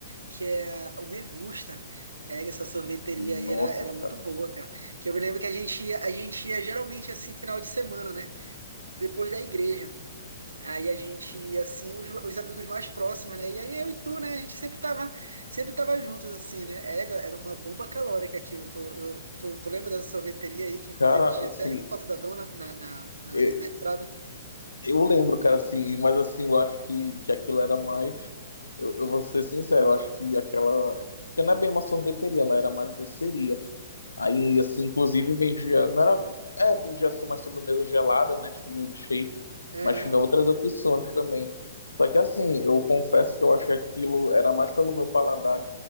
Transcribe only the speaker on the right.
que é o Megusta. É, essa sorveteria
aí era, era
muito boa, cara. Que eu me lembro que a gente ia, a gente ia geralmente assim, final de semana, né? Depois da igreja. Aí a gente ia assim, os, os amigos mais próximos, né? E aí eu e tu, né? A gente sempre tava, sempre tava juntos, assim, né? É, Era uma bomba calórica aquilo. Tu, tu, tu lembra dessa sorveteria aí, que inclusive
tinha
até foto da dona na, na, na,
na entrada?
Aham,